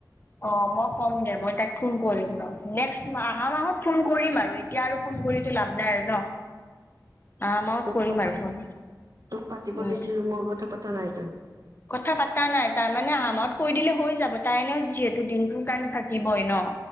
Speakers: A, on the left; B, on the right.
A: অ মই ক'ম দে মই তাইক ফোন কৰিম ৰ, নেক্সট আহা মাহত ফোন কৰিম আৰু এতিয়া আৰু ফোন কৰিতো লাভ নাই আৰু ন? আহা মাহত
B: তোক,
A: কৰিম আৰু ফোন
B: তোক পাতিব
A: উম
B: দিছিলো মোৰ কথা পাতা নাই তই?
A: কথা পাতা নাই তাৰ মানে আৰামত কৈ দিলে হৈ যাব, তাই এনেও যিহেতু দিনটোৰ কাৰণে থাকিবই ন।